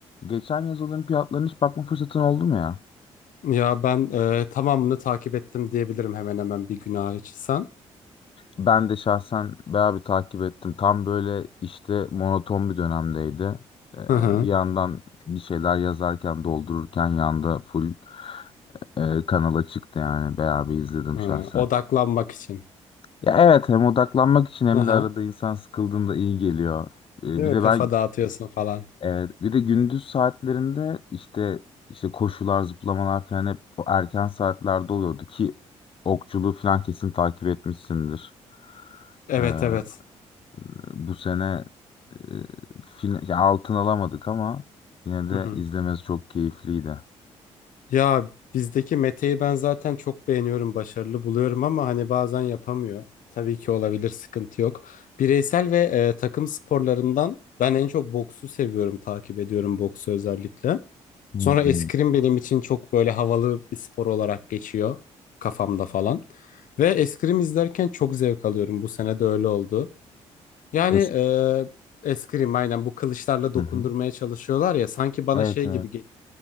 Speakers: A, on the left (about 35°); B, on the left (about 60°).
A: Geçen yaz olimpiyatlarına hiç bakma fırsatın oldu mu ya?
B: Ya ben e, tamamını takip ettim diyebilirim hemen hemen bir gün hariç. Sen?
A: Ben de şahsen bayağı bir takip ettim. Tam böyle işte monoton bir dönemdeydi. Ee,
B: Hı hı.
A: bir yandan bir şeyler yazarken, doldururken yanda full e, kanala çıktı yani. Bayağı bir izledim
B: Hı,
A: şahsen.
B: odaklanmak için.
A: Ya evet hem odaklanmak için hem
B: Hı hı.
A: de arada insan sıkıldığında iyi geliyor. Ee,
B: Değil
A: bir
B: mi?
A: de
B: Kafa
A: ben
B: dağıtıyorsun falan.
A: Evet, bir de gündüz saatlerinde işte işte koşular, zıplamalar falan hep bu erken saatlerde oluyordu ki okçuluğu falan kesin takip etmişsindir.
B: Evet
A: Ee,
B: evet.
A: bu sene e, fin- ya altın alamadık ama yine de
B: Hı hı.
A: izlemesi çok keyifliydi.
B: Ya bizdeki Mete'yi ben zaten çok beğeniyorum, başarılı buluyorum ama hani bazen yapamıyor. Tabii ki olabilir, sıkıntı yok. Bireysel ve e, takım sporlarından ben en çok boksu seviyorum, takip ediyorum boksu özellikle.
A: Hmm.
B: Sonra eskrim benim için çok böyle havalı bir spor olarak geçiyor kafamda falan. Ve eskrim izlerken çok zevk alıyorum. Bu sene de öyle oldu. Yani
A: Es-
B: e, eskrim aynen bu kılıçlarla dokundurmaya
A: Hı hı.
B: çalışıyorlar ya sanki bana
A: Evet,
B: şey
A: evet.
B: gibi geliyor.